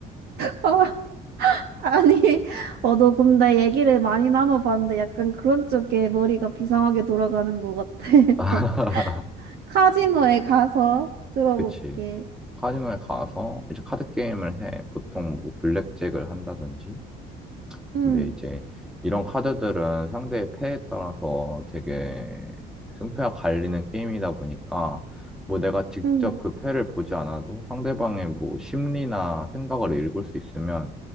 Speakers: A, on the right; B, in the centre.
A: <laughs> 아니, <laughs> 어, 너 근데 얘기를 많이 나눠봤는데 약간 그런 쪽에 머리가 비상하게 돌아가는 것 같아. <laughs>
B: <laughs>
A: 어, 카지노에 가서 들어볼게.
B: 그치. 카지노에 가서 이제 카드 게임을 해. 보통 뭐 블랙잭을 한다든지.
A: 응,
B: 근데 이제 이런 카드들은 상대의 패에 따라서 되게 승패가 갈리는 게임이다 보니까 뭐 내가 직접
A: 응.
B: 그 패를 보지 않아도 상대방의 뭐 심리나 생각을 읽을 수 있으면